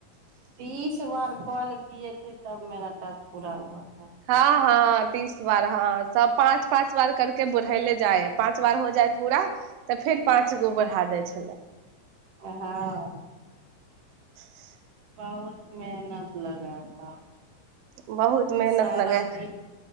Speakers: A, on the right; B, on the right.
A: <unintelligible>
B: हँ। हँ तीस बार हँ सब पाँच पाच बार करके बोढ़ेले जाय है पाच बार हो जायत पूरा तऽ फेर पाँच गो बरहा देय छलाह
A: हाँ
B: <unintelligible>
A: बहुत मेहनत लगा था
B: बहुत मेहनत
A: सारा
B: लगे
A: दिन